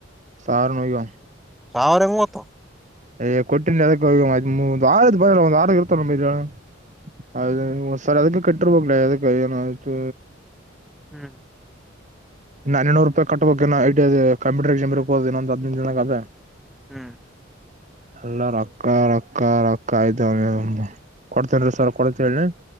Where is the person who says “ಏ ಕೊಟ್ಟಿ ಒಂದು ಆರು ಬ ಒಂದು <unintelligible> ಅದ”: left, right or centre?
Right